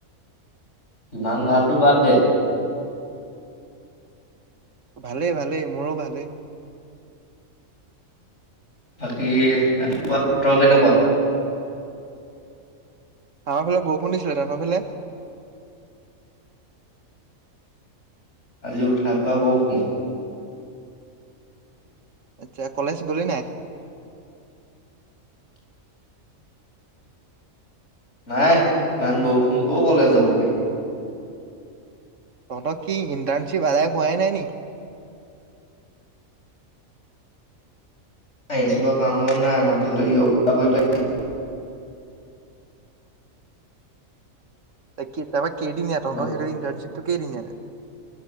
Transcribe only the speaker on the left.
কিমান ভালতটো বাদ দে
বাকী ৰাতিপুৱা বতৰ কেনেকুৱা
আজি উঠা পা বৰষুণ
নাই ইমান বৰষুণ কও কলেজ যাব পাৰি
এই চবৰ কাম বন নাই মাটি লৈ য়গা কৰিবলৈ
লাগিব